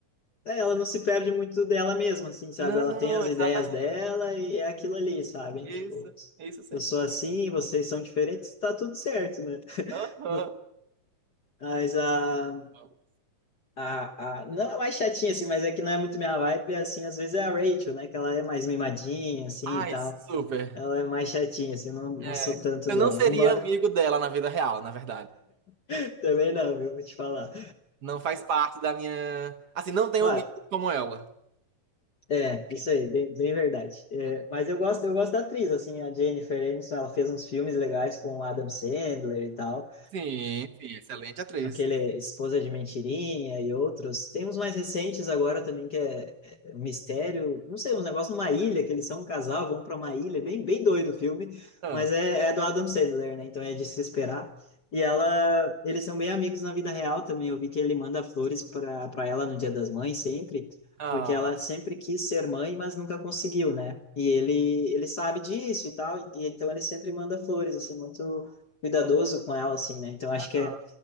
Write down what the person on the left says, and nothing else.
é, ela não se perde muito dela mesma, assim, sabe?
Ela tem as
ideias dela e é aquilo ali, sabe?
Tipo,
eu sou assim, vocês são diferentes, tá tudo certo, né? <laughs>
No- Mas a
A, a, não é mais chatinha, assim, mas é que não é muito minha vibe, assim, às vezes é a Rachel, né, que ela é mais mimadinha, assim,
e tal,
ela é mais chatinha, assim, não, não
sou tanto
dela,
embora
<laughs> também não, viu, vou te falar.
Claro,
é, isso aí, bem, bem verdade. É,
mas eu gosto, eu gosto da atriz, assim, a Jennifer Aniston, ela fez uns filmes legais com o Adam Sandler e tal,
aquele Esposa de Mentirinha e outros. Tem uns mais recentes agora também que é, é é um Mistério, não sei, uns negócios numa ilha, que eles são um casal, vão para uma ilha, é bem, bem doido o filme,
mas é, é do Adam Sandler, né? Então é de se esperar. E ela, eles são bem amigos na vida real também. Eu vi que ele manda flores para para ela no Dia das Mães sempre,
porque ela sempre quis ser mãe, mas nunca conseguiu, né? E ele ele sabe disso e tal, e, e então ele sempre manda flores assim muito cuidadoso com ela assim, né? Então acho
que é